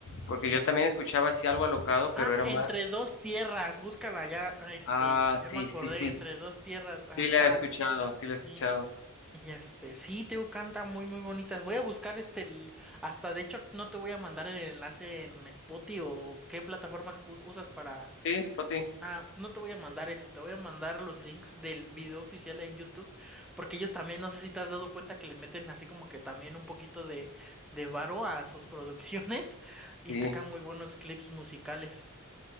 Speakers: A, on the left (about 60°); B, in the centre.
A: Porque
B: Es-
A: yo también escuchaba así algo alocado,
B: Ah,
A: pero era
B: entre
A: más...
B: dos tierras, búscala ya, este,
A: Ah,
B: ya
A: sí,
B: me acordé,
A: sí, sí,
B: entre dos tierras, ajá.
A: sí la he escuchado, sí la he escuchado.
B: Y, y este, sí, Teo canta muy, muy bonitas. Voy a buscar este, el- hasta de hecho no te voy a mandar el enlace en Spotify o qué plataformas cus- usas para...
A: Sí, Spotty,
B: Ah, no te voy a mandar eso, te voy a mandar los links del video oficial en YouTube, porque ellos también, no sé si te has dado cuenta que le meten así como que también un poquito de, de varo a sus <laughs> producciones y
A: sí.
B: sacan muy buenos clips musicales.